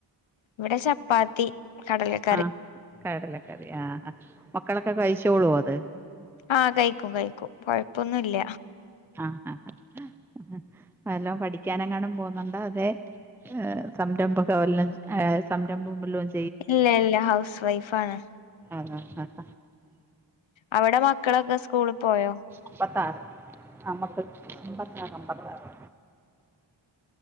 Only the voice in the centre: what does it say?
ആഹ് കടലക്കറി ആഹ് ആഹ് മക്കളൊക്കെ കഴിച്ചോളോ അത്
ആഹ് ആഹ് വല്ലോം പഠിക്കാന് എങ്ങാനും പോവുന്നുണ്ടോ അതേ സംരംഭൊക്കെ വല്ലോം ആഹ് സംരംഭോം വല്ലോം ച്ചെ
ആഹ് ആഹ് ആഹ്
അമ്പത്താറ് അമ്മക്ക് അമ്പത്താറ് അമ്പത്താറ്